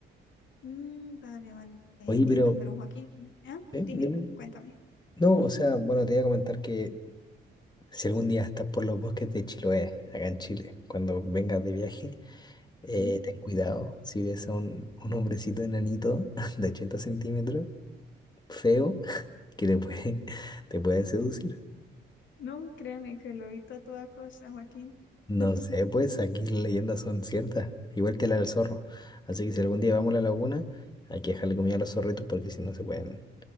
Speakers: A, on the left; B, on the left.
A: Mm, vale, vale, entiendo,
B: Oye, pero,
A: pero Joaquín, ¿ah?
B: ¿eh?
A: Dime,
B: Dime.
A: cuéntame.
B: No, o
A: <laughs>
B: sea, bueno, te voy a comentar que si algún día estás por los bosques de Chiloé, acá en Chile, cuando vengas de viaje, eh,
A: Ujú.
B: ten cuidado si ves a un, un hombrecito enanito <laughs> de 80 centímetros, feo, <laughs> que te puede, te puede seducir.
A: No, créame que lo evito a toda costa, Joaquín.
B: No
A: <laughs>
B: sé, pues aquí las leyendas son ciertas, igual que la del zorro. Así que si algún día vamos a la laguna, hay que dejarle comida a los zorritos porque si no se pueden